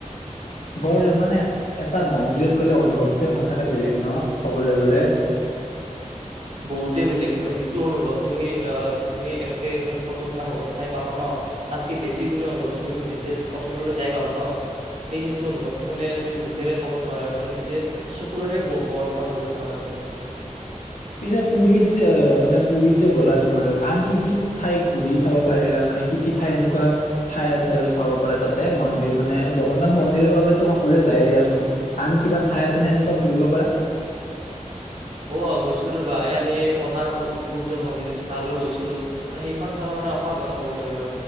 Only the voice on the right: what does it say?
বহুতেই বেলেগ মানে যিটো অনুভৱ তুমি-তুমি এনেকে মানে ফটোত বা শেষত চাই পাবা ন? তাতকে বেছি গুণে অনুভৱ তুমি যেতিয়া ওচৰলৈ যাই পাবা ন? সেই-সেইটো অনুভৱটো মানে তুমি মুখেৰে ক'ব নোৱাৰা মানে নিজে চকুৰে বৰ্ণনা কৰিব নোৱাৰা।
অ গৈছিলো ৰ'বা, এই আমি এই কৰ্ণাটকৰ যিটো সূৰ্য মন্দিৰ আছে তালৈ গৈছিলো, মানে সেইখন ঠাইো মানে অসাধাৰণ ক'বলৈ গ'লে